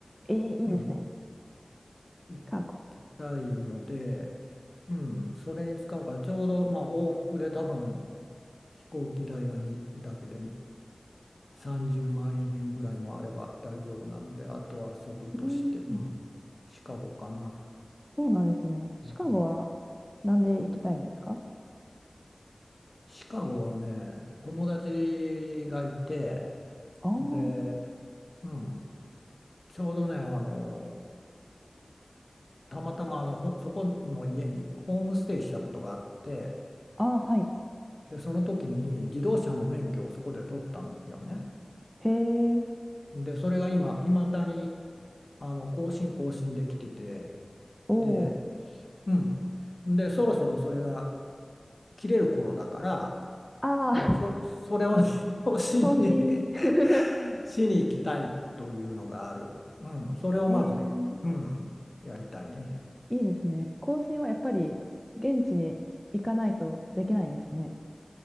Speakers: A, in the centre; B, on the left.
A: えー、いいですね。
B: うん、行きたいので、
A: シカゴ。
B: うん、それに使うから、ちょうど、まあ、往復で多分飛行機代がにだけで30万円ぐらいもあれば大丈夫なんで、あとは遊ぶとして、
A: うん。
B: うん、シカゴかな。
A: そうなんですね。シカゴは
B: うん、
A: なんで行きたいんですか
B: シカゴはね、友達がいて、
A: あー
B: で、うん、ちょうどね、あの、たまたまあのほそこの家にホームステイしたことがあって
A: あー、はい。
B: でその時に自動車の免許をそこで取ったんよね。
A: へえ、
B: でそれが今いまだにあの更新更新できてて
A: おお。
B: でうんでそろそろそれが切れる頃だから、
A: ああ、
B: うん、
A: <laughs>
B: そ、それを <laughs> 更新に
A: 更新。<laughs>
B: <laughs> しに行きたいというのがある。うん、それをまず、
A: えー、
B: うん、やりたいね。
A: いいですね。更新はやっぱり現地に行かないとできないんですね。